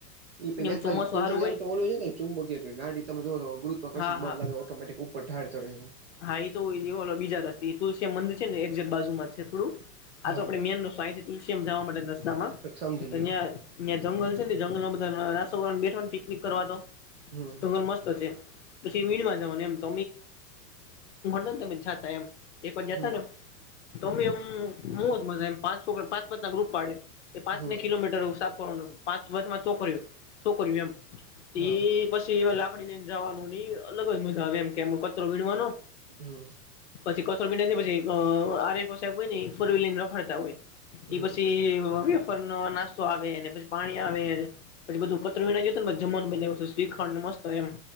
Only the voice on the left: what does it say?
એમ ચોમાસું
હારું હોય
હા
હા
હા એ તો બીજા રસ્ થી તલસ્યામ મંદિર છે ને એકેક બાજુમાં જ છે થોડું આ
તો આપડે મેન રસ્તેથી તુલસીમ જવા માટે રસ્તામાં
અં
્યાં જંગલ છે ને જંગલ માં બધા નાસ્તો કરવા બેઠા પિકનિક કરવા તો
જંગલ મસ્ત હશે પછી વીણમાં જવાનું. તો આ ન ભ ને ત એમ એક બાજ્યા
હતા ને એમ તો અમમ જ મજા એમ પાંચો પાંચ પાંચ ના ગ્રુપ પાડે એ પાંચને
કિલોમીટર પાંચ છોકરી છોકરી એમ પછી
કડી લઈને જવાનું નઈ અલગ જ મજા આવે એમ કેમાં કચરો વીણવાનો
પછી કચરો વિણય જાયપછી આરે ઑફ સાહેબ એ ફોર વિલ લ ઇ રખડતા હોય.
એ પછી વેફરનો નાસ્તો આવેને, પછી પાણી આવે. પછી બધું કતર ના જમાનું બના્યું શ્રીખંડ ને મસ્ત એમ